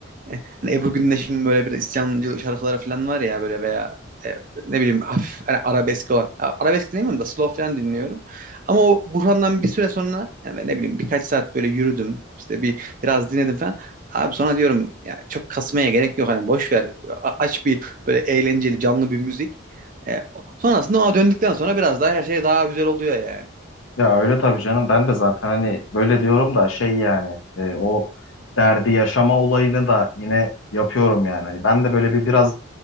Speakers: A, on the right; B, on the left.
A: E Hani Ebru Gündeş'in böyle bir isyancı şarkıları falan var ya böyle veya e, ne bileyim hafif hani arabesk olan. Ha, Arabesk dinlemiyorum da slow falan dinliyorum. Ama o Burhan'dan bir süre sonra yani ben ne bileyim birkaç saat böyle yürüdüm. işte bir biraz dinledim falan. Abi sonra diyorum ya çok kasmaya gerek yok hani boş ver. A- Aç bir böyle eğlenceli canlı bir müzik. E, o- sonrasında ona döndükten sonra biraz daha her şey daha güzel oluyor yani.
B: Ya öyle tabii canım ben de zaten hani böyle diyorum da şey yani e, o derdi yaşama olayını da yine yapıyorum yani. Hani ben de böyle bir biraz